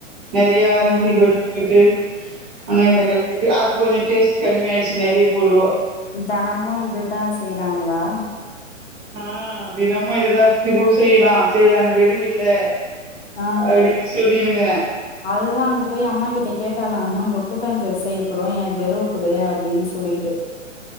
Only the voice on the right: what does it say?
நறைய அரிசி
கொஞ்ச போட்டு வெங்காய
தக்காளி போட் டு அது கொஞ்ச டேஸ்ட் கம்மி ஆய்ச்சு நறைய போடுவோ
ஆ தினமு இததுதா திரும்பவு செய்லா செய்லா வெறுவில்ல
அப்டின்னு சொல்லினுக்குறே